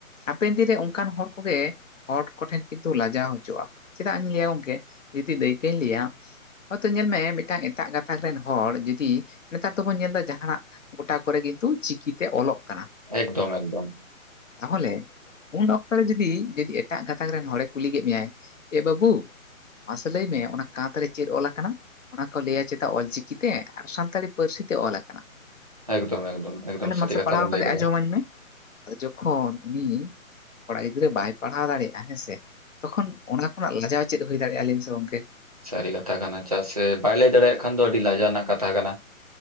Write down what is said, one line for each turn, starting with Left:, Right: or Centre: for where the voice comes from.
Left: ᱦᱟᱯᱮᱱ ᱫᱤᱱ ᱨᱮ ᱚᱱᱠᱟᱱ ᱦᱚᱲ ᱠᱚᱜᱮ ᱦᱚᱲ ᱠᱚᱴᱷᱮᱱ ᱠᱤᱱᱛᱩ ᱞᱟᱡᱟᱣ ᱦᱚᱪᱚᱜᱼᱟ ᱠᱚ, ᱪᱮᱫᱟᱜ ᱤᱧ ᱞᱟᱹᱭᱟ ᱜᱚᱝᱠᱮ ᱡᱩᱫᱤ ᱫᱟᱹᱭᱠᱟᱹᱧ ᱞᱟᱹᱭᱟ ᱦᱚᱭᱛᱚ ᱧᱮᱞ ᱢᱮ ᱢᱤᱫᱴᱟᱝ ᱮᱴᱟᱜ ᱜᱟᱛᱟᱠ ᱨᱮᱱ ᱦᱚᱲ ᱡᱩᱫᱤ ᱱᱮᱛᱟᱨ ᱫᱚᱵᱚᱱ ᱧᱮᱞᱫᱟ ᱡᱟᱦᱟᱱᱟᱜ ᱜᱚᱴᱟ ᱠᱚᱨᱮ ᱠᱤᱱᱛᱩ ᱪᱤᱠᱤ ᱛᱮ ᱚᱞᱚᱜ ᱠᱟᱱᱟ ᱾
Right: ᱮᱠᱫᱚᱢ ᱮᱠᱫᱚᱢ ᱾
Left: ᱛᱟᱦᱚᱞᱮ ᱩᱱ ᱚᱠᱛᱚ ᱨᱮ ᱡᱩᱫᱤ ᱡᱩᱫᱤ ᱮᱴᱟᱜ ᱜᱟᱛᱟᱠ ᱨᱮᱱ ᱦᱚᱲᱮ ᱠᱩᱞᱤ ᱠᱮᱫ ᱢᱮᱭᱟᱭ ᱮ ᱵᱟᱹᱵᱩ ᱢᱟᱥᱮ ᱞᱟᱹᱭ ᱢᱮ ᱚᱱᱟ ᱠᱟᱸᱛ ᱨᱮ ᱪᱮᱫ ᱚᱞ ᱟᱠᱟᱱᱟ? ᱚᱱᱟ ᱠᱚ ᱞᱟᱹᱭᱟ ᱪᱮᱫᱟᱜ ᱚᱞᱪᱤᱠᱤ ᱛᱮ ᱟᱨ ᱥᱟᱱᱛᱟᱲᱤ ᱯᱟᱹᱨᱥᱤ ᱛᱮ ᱚᱞ ᱟᱠᱟᱱᱟ
Right: ᱮᱠᱫᱚᱢ
Left: ᱾
Right: ᱮᱠᱫᱚᱢ ᱮᱠᱫᱚᱢ
Left: ᱛᱟᱦᱚᱞᱮ
Right: ᱥᱟᱹᱨᱤ
Left: ᱢᱟᱥᱮ
Right: ᱠᱟᱛᱷᱟ
Left: ᱯᱟᱲᱦᱟᱣ
Right: ᱵᱮᱱ
Left: ᱠᱟᱛᱮᱜ
Right: ᱞᱟᱹᱭ ᱠᱟᱫᱟ
Left: ᱟᱸᱡᱚᱢᱟᱹᱧ ᱢᱮ ᱾ ᱟᱫᱚ ᱡᱚᱠᱷᱚᱱ ᱩᱱᱤ ᱠᱚᱲᱟ ᱜᱤᱫᱽᱨᱟᱹ ᱵᱟᱭ ᱯᱟᱲᱦᱟᱣ ᱫᱟᱲᱮᱭᱟᱜᱼᱟ ᱦᱮᱸ ᱥᱮ ᱾ ᱛᱚᱠᱷᱚᱱ ᱚᱱᱟ ᱠᱷᱚᱱᱟᱜ ᱞᱟᱡᱟᱣ ᱪᱮᱫ ᱦᱩᱭ ᱫᱟᱲᱮᱭᱟᱜᱼᱟ ᱞᱟᱹᱭ ᱢᱮᱥᱮ ᱜᱚᱝᱠᱮ?
Right: ᱥᱟᱹᱨᱤ ᱠᱟᱛᱷᱟ ᱠᱟᱱᱟ ᱪᱮᱫᱟᱜ ᱥᱮ ᱵᱟᱭ ᱞᱟᱹᱭ ᱫᱟᱲᱮᱭᱟᱜ ᱠᱷᱟᱱ ᱫᱚ ᱟᱹᱰᱤ ᱞᱟᱡᱟᱣ ᱨᱮᱱᱟᱜ ᱠᱟᱛᱷᱟ ᱠᱟᱱᱟ ᱾